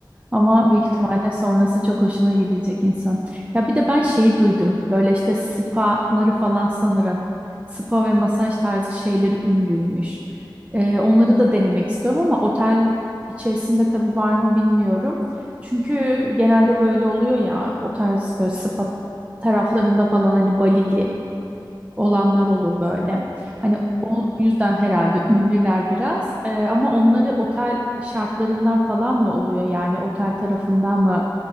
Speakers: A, on the right; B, on the left.
A: Ama büyük
B: evet.
A: ihtimalle sonrası çok hoşuna gidecek insan. Ya bir de ben şeyi duydum. Böyle işte spaları falan sanırım. Spa ve masaj tarzı şeyleri ünlüymüş. Ee, onları da denemek istiyorum ama otel içerisinde tabii var mı bilmiyorum. Çünkü genelde böyle oluyor ya o tarz böyle spa taraflarında falan hani Balili olanlar olur böyle. Hani
B: Hı hı.
A: o yüzden herhalde ünlüler biraz Ee, ama onları otel şartlarından falan mı oluyor yani otel tarafından mı